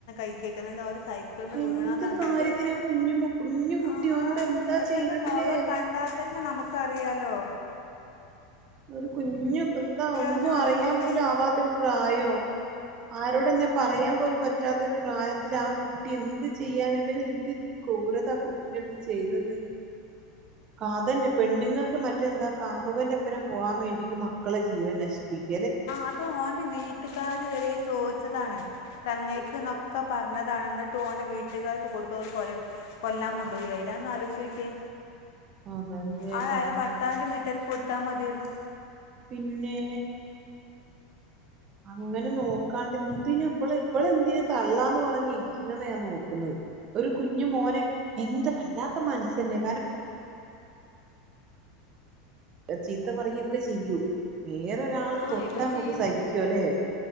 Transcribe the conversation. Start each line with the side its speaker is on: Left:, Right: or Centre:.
Left: <unintelligible> സൈക്കിള്ന്ന്
Right: എന്ത്
Left: വീണാന്ന്റഞ്ഞിട്ട്
Right: കാര്യത്തിന് ആ കുഞ്ഞു കുഞ്ഞു കുട്ടി
Left: ആ
Right: ഓനോട് എന്താ
Left: പക്ഷേ
Right: ചെയ്തത്
Left: അതിന്റെ മുഖം
Right: ല്ലേ
Left: കണ്ടാത്തന്നെ നമുക്ക് അറിയാലോ.
Right: ഒരു കുഞ്ഞു എന്താ ഒന്നും
Left: ഒന്ന് ആലോചിച്ച്
Right: അറിയാൻ
Left: നോക്ക്
Right: പോലും ആവാത്തൊരു പ്രായോ. ആരോടന്നെ പറയാൻ പോലും പറ്റാത്ത ഒരു പ്രായത്തില് ആ കുട്ടി എന്ത് ചെയ്യാന പിന്നെ എന്ത് ക്രൂരത ആ കുട്ടിനടുത്തു ചെയ്തത്. അതന്നെ പെണ്ണുങ്ങൾക്ക് മറ്റെന്താ കാമകന്റെ ഒപ്പരം പോകാൻ മേണ്ടിട്ട് മക്കളെ ജീവൻ നശിപ്പിക്കും.
Left: അപ്പൊ ഓന്റെ വീട്ട്കാര് വരെ ചോയ്ച്ചതാണ് തന്നേക്ക് ക്കൊ പറഞ്ഞതാണ് ന്നിട്ടും ഓന്റെ വീട്ട്കാർക് കൊടുത്തത്ആണ് കൊല്ലാൻ കൊണ്ടോയി അയിനെ അയ്ഒന്ന് അലോചോക്കിയെ
Right: അതല്ലേ
Left: അത്
Right: പറയാ
Left: അയാളെ ഭർത്താവിന്റെ വീട്ട്ർ ക്ക്‌ കൊടുത്ത മതിയായിരുന്നു
Right: പിന്നെ അങ്ങന നോക്കാണ്ട് പിന്നെ ഇവള് ഇവള് എന്തിനാ തള്ളാന് പറഞ്ഞിരിക്കുന്നു നോക്കുന്നത് ഒരു കുഞ്ഞുമോനെ എന്ത് വല്ലാത്ത മനസ്സിനെ ചീത്ത പറ യൊക്കെ ചെയ്യും <unintelligible> ഒരാൾ
Left: ആ
Right: തൊട്ടാൽ
Left: ഇവൾ
Right: നമ്മക്ക്
Left: ചെയ്യും
Right: സഹിക്കോല്ലേ